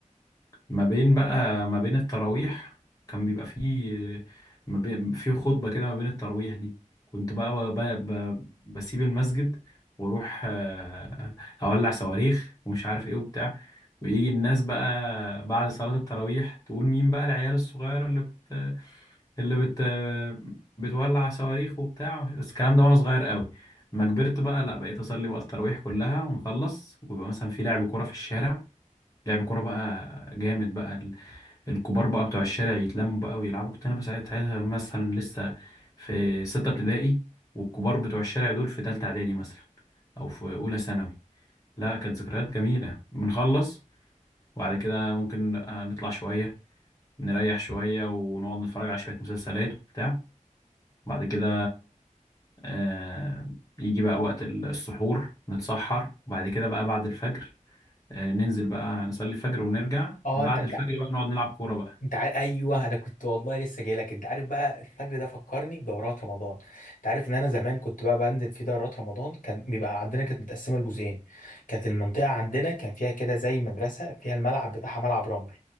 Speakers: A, on the left; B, on the left.
A: ما بين بقى ما بين التراويح كان بيبقى فيه ما بين في خطبة كده ما بين التراويح دي كنت بقى, بقى, بقى بسيب المسجد واروح آه، اولع صواريخ ومش عارف ايه وبتاع ويجي الناس بقى بعد صلاة التراويح تقول مين بقى العيال الصغيرة اللي بت اللي بت بتولع صواريخ وبتاع بس الكلام ده وانا صغير قوي ما كبرت بقى لا بقيت اصلي بقى التراويح كلها ونخلص ويبقى مثلا في لعب كورة في الشارع لعب كورة بقى جامد بقى الكبار بقى بتوع الشارع يتلموا بقى ويلعبوا كنت انا بس ساعتها مثلا لسه في ستة ابتدائي والكبار بتوع الشارع دول في تالتة اعدادي مثلا او في اولى ثانوي لا كانت ذكريات جميلة بنخلص وبعد كده ممكن آه، نطلع شوية نريح شوية ونقعد نتفرج على شوية مسلسلات وبتاع بعد كده آه، يجي بقى وقت السحور نتسحر وبعد كده بقى بعد الفجر آه، ننزل بقى نصلي الفجر ونرجع
B: اه
A: بعد
B: انت انت
A: الفجر بقى نقعد نلعب كورة بقى
B: انت عارف ايوه انا كنت والله لسه جاي لك انت عارف بقى الفجر ده فكرني بدورات رمضان انت عارف ان انا زمان كنت بقى بنزل في دورات رمضان كان بيبقى عندنا كانت متقسمه لجزئين كانت المنطقه عندنا كان فيها كده زي مدرسه فيها الملعب بتاعها ملعب رمل